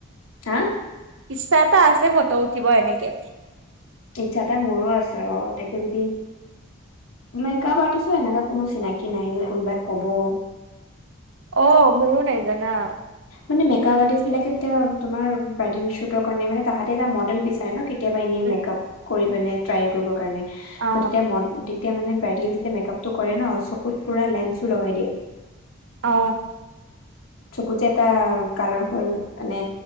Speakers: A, on the left (about 85°); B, on the right (about 65°).
A: হা?
B: ইচ্ছা এটা আছে ফটো উঠিব এনেকে।
A: ইচ্ছা এটা মোৰো আছে অ তোকে যদি মেকাআপ আৰ্টিষ্টৰ এনেকুৱা কোনো চিনাকি নাই যে কোনোবাই ক'ব
B: অ মোৰো নাই জানা।
A: মানে মেকআপ আৰ্টিষ্ট বিলাকে এতিয়া তুমাৰ ব্ৰাইডেল শুটৰ কাৰণে মানে তাহাতে এটা মডেল বিচাৰে ন কেতিয়াবা এনেই
B: উম
A: মেকআপ কৰি পিনে ট্ৰাই কৰিবৰ কাৰণে। ত
B: অ
A: তেতিয়া ম তেতিয়া মানে ব্ৰাইডেল যেতিয়া মেকআপটো কৰে ন চকুত পুৰা লেন্সো লগাই দিয়ে।
B: অ।
A: চকু যে এটা কালাৰফুল মানে